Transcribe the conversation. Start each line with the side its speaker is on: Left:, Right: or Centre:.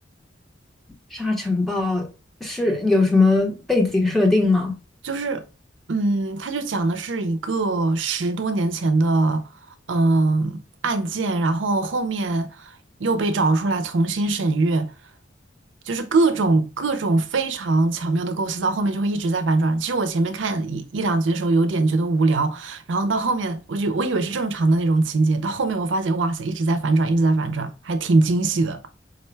Centre: 《沙尘暴》，是有什么背景设定吗？
Right: 就是，嗯，他就讲的是一个十多年前的，嗯，案件，然后后面又被找出来重新审阅，就是各种各种非常巧妙的构思，到后面就会一直在反转。其实我前面看一一两集的时候有点觉得无聊，然后到后面我就我以为是正常的那种情节，到后面我发现哇塞，一直在反转，一直在反转，还挺惊喜的。